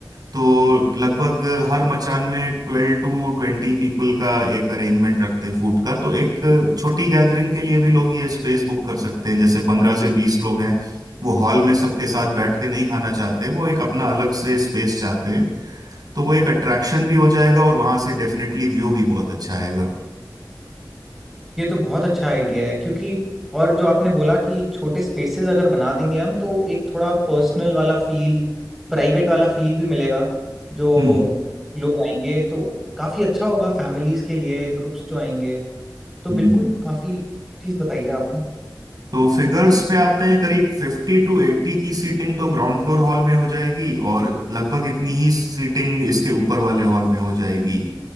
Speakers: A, on the right; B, in the centre.
A: तो लगभग हर मचान में ट्वेल्व टू ट्वेंटी पीपल का एक अरेंजमेंट रखते हैं फूड का तो एक छोटी गैदरिंग के लिए भी लोग ये स्पेस बुक कर सकते हैं जैसे पंद्रह से बीस लोग हैं वो हॉल में सबके साथ बैठ के नहीं खाना चाहते वो एक अपना अलग से स्पेस चाहते हैं तो वो एक अट्रैक्शन भी हो जाएगा और वहां से डेफिनेटली व्यू भी बहुत अच्छा आएगा
B: ये तो बहुत अच्छा आइडिया है क्योंकि और जो आपने बोला कि छोटे स्पेसेस अगर बना देंगे हम तो एक थोड़ा पर्सनल वाला फील प्राइवेट वाला फील भी मिलेगा जो
A: हम्म
B: लोग आएंगे तो काफ़ी अच्छा होगा फैमिलीज़ के लिए ग्रुप्स जो आएंगे तो
A: हम्म
B: बिल्कुल काफ़ी चीज़ बताइए आपने
A: तो फिगर्स पे आते हैं करीब फिफ्टी टू एट्टी की सीटिंग तो ग्राउंड फ्लोर हॉल में हो जाएगी और लगभग इतनी ही सीटिंग इसके ऊपर वाले हॉल में हो जाएगी